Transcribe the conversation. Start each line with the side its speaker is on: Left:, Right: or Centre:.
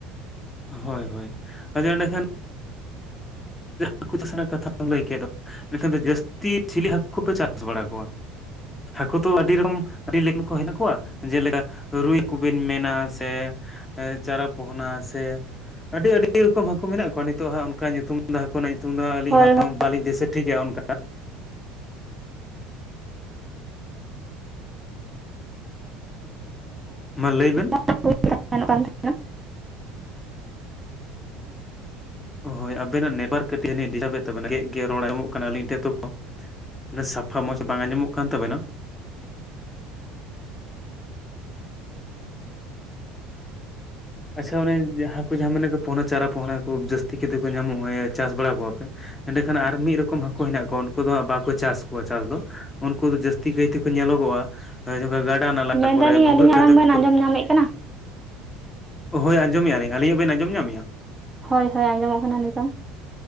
Left: ᱦᱳᱭ ᱦᱳᱭ ᱟ ᱮᱸᱰᱮᱠᱷᱟᱱ ᱦᱟᱹᱠᱩ ᱪᱟᱥ ᱨᱮᱱᱟᱜ ᱠᱟᱛᱷᱟᱢ <inaudible> ᱞᱟᱹᱭ ᱠᱮᱫ ᱫᱚ ᱢᱮᱱᱱᱠᱷᱟᱱ ᱫᱚ ᱡᱟᱹᱥᱛᱤ ᱪᱤᱞᱤ ᱦᱟᱹᱠᱩ ᱠᱚ ᱯᱮ ᱪᱟᱥ ᱵᱟᱲᱟ ᱠᱚᱣᱟ? ᱦᱟᱹᱠᱩ ᱛᱚ ᱟᱹᱰᱤ ᱨᱚᱠᱚᱢ ᱟᱹᱰᱤ ᱞᱮᱠᱟᱱ ᱠᱚ ᱦᱮᱱᱟᱜ ᱠᱚᱣᱟ ᱡᱮᱞᱮᱠᱟᱼᱼ ᱨᱩᱭ ᱠᱚ ᱵᱮᱱ ᱢᱮᱱᱟ ᱥᱮᱼᱼ ᱪᱟᱨᱟ ᱯᱚᱦᱚᱱᱟ ᱥᱮ ᱟᱹᱰᱤ ᱟᱹᱰᱤ ᱨᱚᱠᱚᱢ ᱦᱟᱹᱠᱩ ᱢᱮᱱᱟᱜ ᱠᱚᱣᱟ ᱱᱤᱛᱳᱜ ᱦᱟᱸᱜ ᱚᱱᱠᱟ ᱧᱩᱛᱩᱢᱼᱼ ᱦᱟᱹᱠᱩ ᱨᱮᱱᱟᱜ ᱧᱩᱛᱩᱢ ᱫᱚ ᱟᱹᱞᱤᱧ
Right: ᱦᱳᱭ
Left: ᱦᱚᱸ
Right: ᱦᱳᱭ
Left: ᱵᱟᱞᱤᱧ ᱫᱤᱥᱟᱹ ᱴᱷᱤᱠᱮᱼᱟ ᱚᱱᱠᱟ᱾ ᱢᱟ ᱞᱟᱹᱭ ᱵᱮᱱ?
Right: <unintelligible> ᱛᱟᱦᱮᱱᱟ
Left: ᱦᱳᱭ ᱟᱵᱮᱱᱟᱜ ᱱᱮᱴᱣᱟᱨᱠ ᱠᱟᱹᱴᱤᱡ ᱟᱹᱱᱤᱡ ᱰᱤᱥᱴᱟᱵᱮᱫ ᱛᱟᱵᱮᱱᱟ ᱜᱮ ᱜᱮ ᱨᱚᱲ ᱟᱸᱡᱚᱢᱚᱜ ᱠᱟᱱᱟ ᱟᱹᱞᱤᱧ ᱴᱷᱮᱡ ᱛᱚᱠᱚ ᱢᱟᱱᱮ ᱥᱟᱯᱷᱟ ᱢᱚᱸᱡᱽ ᱵᱟᱝ ᱟᱸᱡᱚᱢᱚᱜ ᱠᱟᱱ ᱛᱟᱵᱮᱱᱟ᱾ ᱟᱪᱪᱷᱟ ᱚᱱᱮ ᱡᱟᱦᱟᱸ ᱠᱚ ᱡᱟᱦᱟᱸ ᱢᱮᱱᱟᱜ ᱠᱚᱣᱟ ᱯᱳᱦᱱᱟ ᱪᱟᱨᱟ ᱯᱚᱦᱱᱟ ᱠᱚ ᱡᱟᱹᱥᱛᱤ ᱠᱟᱛᱮᱫ ᱠᱚ ᱧᱟᱢᱚᱜᱼᱟ ᱪᱟᱥ ᱵᱟᱲᱟ ᱠᱚᱣᱟ ᱯᱮ ᱮᱸᱱᱮᱠᱷᱟᱱ ᱟᱨ ᱢᱤᱫ ᱨᱚᱠᱚᱢ ᱦᱟᱹᱠᱩ ᱦᱮᱱᱟᱜ ᱠᱚᱣᱟ ᱩᱱᱠᱩ ᱫᱚ ᱵᱟᱠᱚ ᱪᱟᱥ ᱠᱚᱣᱟ ᱪᱟᱥ ᱫᱚ ᱩᱱᱠᱩ ᱫᱚ ᱡᱟᱹᱥᱛᱤ ᱠᱟᱭᱛᱮᱠᱚ ᱧᱮᱞᱚᱜᱚᱜᱼᱟ ᱜᱟᱰᱟ ᱱᱟᱞᱟ
Right: ᱢᱮᱱᱫᱟᱞᱤᱧ
Left: ᱠᱚᱨᱮ ᱵᱷᱩᱜᱟᱹ
Right: ᱟᱹᱞᱤᱧᱟᱜ
Left: ᱠᱟᱛᱮᱫ
Right: ᱟᱲᱟᱝ ᱵᱮᱱ ᱟᱸᱡᱚᱢ
Left: ᱠᱚᱼᱼ
Right: ᱧᱟᱢᱮᱫ ᱠᱟᱱᱟ
Left: ᱦᱳᱭ ᱟᱸᱡᱚᱢᱮᱫᱼᱟ ᱞᱤᱧ ᱟᱹᱞᱤᱧᱟᱜ ᱵᱮᱱ ᱟᱸᱡᱚᱢ ᱧᱟᱢᱮᱜᱼᱟ?
Right: ᱦᱳᱭ ᱦᱳᱭ ᱟᱸᱡᱚᱢᱚᱜ ᱠᱟᱱᱟ ᱱᱤᱛᱚᱝ